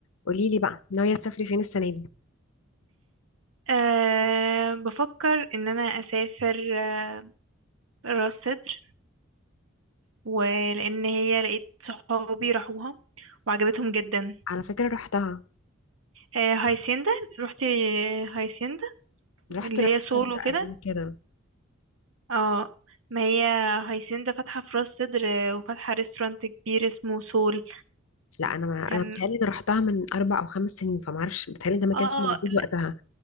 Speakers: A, on the left; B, on the right.
A: قولي لي بقى ناوية تسافري فين السنة دي
B: أه بفكر ان انا اسافر أه راس سدر ولان هي لقيت صحابي راحوها وعجبتهم جدا
A: على فكرة رحتها
B: أه هايسيندا رحتي هايسيندا اللي
A: رحت راس
B: هي سول
A: سدر
B: وكده
A: قبل كده
B: اه ما هي هايسيندا فاتحة في راس سدر آه، وفاتحة ريستورانت كبير اسمه سول
A: لا انا ما
B: كان
A: انا بتهيألي انا رحتها من اربع او خمس سنين فما اعرفش بتهيألي ده ما كانش
B: اه
A: موجود
B: لا
A: وقتها